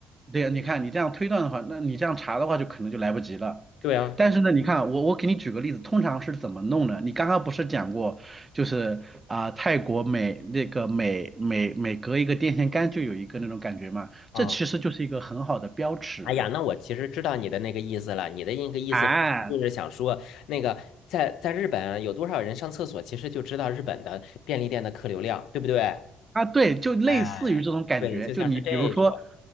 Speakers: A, on the right; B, on the left.
A: 对呀，你看你这样推断的话，那你这样查的话，就可能就来不及了。
B: 对啊，
A: 但是呢，你看我我给你举个例子，通常是怎么弄呢？你刚刚不是讲过，就是啊、泰国每那个每每每隔一个电线杆就有一个那种感觉嘛，
B: 啊，
A: 这其实就是一个很好的标尺
B: 哎呀，那我其实知道你的那个意思了。你的那个意思就是想说，
A: 啊。
B: 那个在在日本有多少人上厕所，其实就知道日本的便利店的客流量，对不对？
A: 啊，对，就类似于这种感觉，
B: 哎，对，就像是这种。
A: 就你比如说，